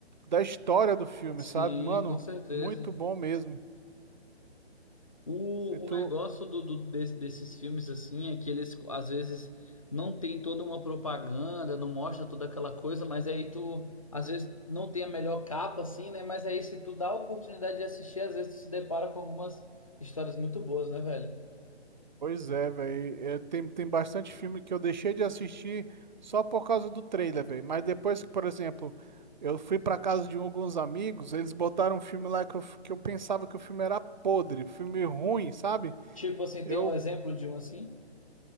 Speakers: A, on the right; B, on the left.
A: da história do filme,
B: Sim,
A: sabe? Mano,
B: com certeza.
A: muito bom mesmo.
B: O,
A: E
B: o
A: tu-
B: negócio do, do- desse- desses filmes assim é que eles às vezes não tem toda uma propaganda, não mostra toda aquela coisa, mas aí tu às vezes não tem a melhor capa assim, né? Mas aí se tu dá a oportunidade de assistir, às vezes tu se depara com algumas histórias muito boas, né, velho?
A: Pois é, velho. Tem, tem bastante filme que eu deixei de assistir só por causa do trailer, velho. Mas depois que, por exemplo, eu fui pra casa de um, alguns amigos, eles botaram um filme lá que eu, f- que eu pensava que o filme era podre, filme ruim, sabe?
B: Tipo assim,
A: Eu,
B: tem um exemplo de um assim?